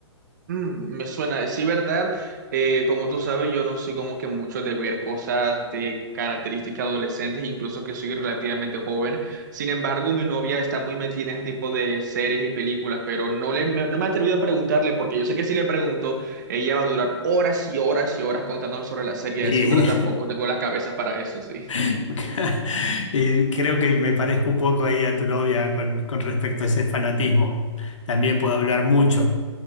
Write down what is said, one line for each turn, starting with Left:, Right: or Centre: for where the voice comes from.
Right: Mm, me suena, sí, verdad. Eh, como tú sabes, yo no soy como que mucho de ver cosas de características adolescentes, incluso que soy relativamente joven. Sin embargo, mi novia está muy metida en este tipo de series y películas, pero no le, me- no me he atrevido a preguntarle porque yo sé que si le pregunto, ella va a durar horas y horas y horas contándome sobre la serie.
Left: Y,
Right: Así, verdad, tampoco tengo las cabezas para eso, sí.
Left: <laughs> y creo que me parezco un poco ahí a tu novia con, con respecto a ese fanatismo. También puedo hablar mucho.